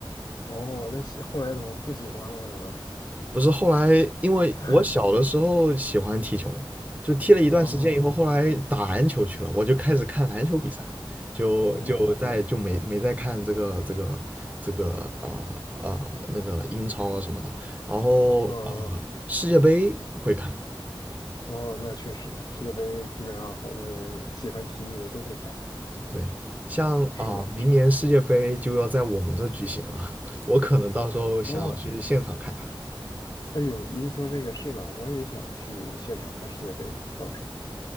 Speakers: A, on the left (about 50°); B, on the right (about 15°).
A: 哦，那喜后来怎么不喜欢了吗？难道是？
B: 不是后来因为我小的时候喜欢踢球，
A: <laughs>
B: 就踢了一段时间以后，
A: 哦
B: 后来打篮球去了，我就开始看篮球比赛，就就在就没没再看这个这个这个啊啊、
A: 哦，
B: 呃呃那个英超啊什么的，然后啊
A: 嗯嗯
B: 世界杯会看，
A: 哦，那确实，世界杯基本上好多人喜欢体育的都会看。
B: 对，像啊、
A: 是的，
B: 呃明年世界杯就要在我们这举行了，
A: 是。
B: <laughs> 我可能到时候想要去现场看看。
A: 哦，哎呦，你一说这个是呢，我也想去现场看世界杯，到时候。